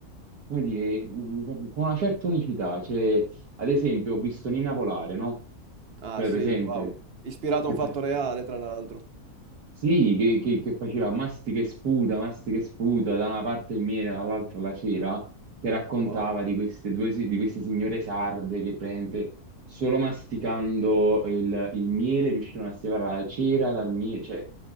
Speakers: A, on the right (about 80°); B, on the right (about 45°).
A: come dire, un- con una certa unicità. Cioè, ad esempio, ho visto Nina volare, no?
B: Ah
A: Cioè,
B: sì,
A: presente?
B: wow. Ispirato
A: Che
B: a un
A: fa-
B: fatto reale, tra l'altro.
A: sì, che, che- che faceva mastica e sputa, mastica e sputa, da una parte il miele, dall'altra la cera, che raccontava
B: Wow,
A: di queste due, si- di queste signore sarde che praticamente solo masticando il, il miele riuscivano a separare la cera dal miele, cioè